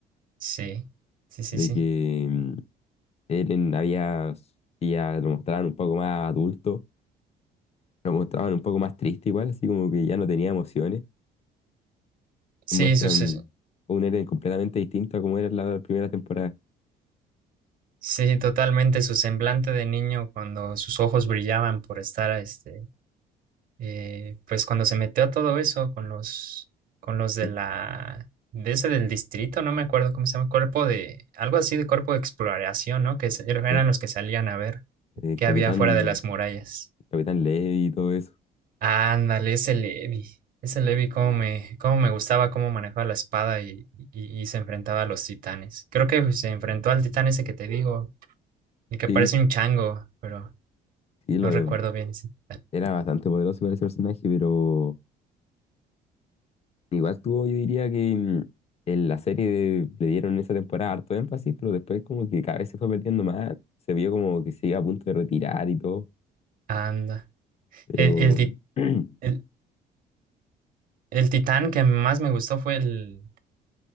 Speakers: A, on the right (about 55°); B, on the left (about 40°).
A: sí, sí, sí,
B: de
A: sí.
B: que mm, Eren había, sí, ya lo mostraban un poco más adulto, lo mostraban un poco más triste igual, así como que ya no tenía emociones.
A: Sí,
B: Muestran
A: sus
B: un Eren completamente distinto a como era en la primera temporada.
A: Sí, totalmente. Su semblante de niño cuando sus ojos brillaban por estar, este, eh, pues cuando se metió a todo eso con los, con los de
B: Sí,
A: la, de ese del distrito, no me acuerdo cómo se llama, cuerpo de, algo así de cuerpo de exploración, ¿no? Que se- er, eran
B: sí,
A: los que salían a ver
B: El
A: qué
B: capitán,
A: había fuera de las murallas.
B: capitán Levi y todo eso.
A: Ándale, ese Levi, ese Levi, cómo me, cómo me gustaba cómo manejaba la espada y, y, y se enfrentaba a los titanes. Creo que se enfrentó al titán ese que te digo, el que
B: Sí,
A: parece un chango, pero.
B: sí, lo,
A: No recuerdo bien ese titán.
B: era bastante poderoso igual ese personaje, pero... Igual tuvo, yo diría que mm, en la serie de- le dieron esa temporada harto énfasis, pero después como que cada vez se fue perdiendo más, se vio como que se iba a punto de retirar y todo,
A: Anda.
B: pero...
A: El, el, ti-
B: <clears throat>
A: el- el titán que más me gustó fue el,